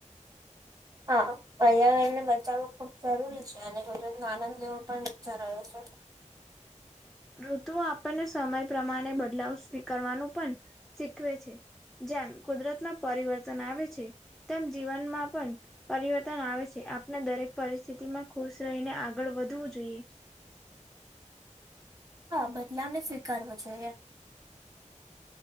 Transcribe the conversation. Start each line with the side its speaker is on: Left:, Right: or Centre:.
Right: હા. પર્યાવરણ ને બચાવવું ખુબ જરૂરી છે, અને કુદરત નો આનંદ લેવો પણ જરૂરી છે.
Centre: ઋતુઓ આપણને સમય પ્રમાણે બદલાવ સ્વીકારવાનું પણ શીખવે છે. જેમ કુદરતમાં પરિવર્તન આવે છે, તેમ જીવનમાં પણ પરિવર્તન આવે છે. આપણે દરેક પરિસ્થિતિ માં ખુશ રહીને આગળ વધવું જોઈએ.
Right: હા બદલાવને સ્વીકારવો જોઈએ.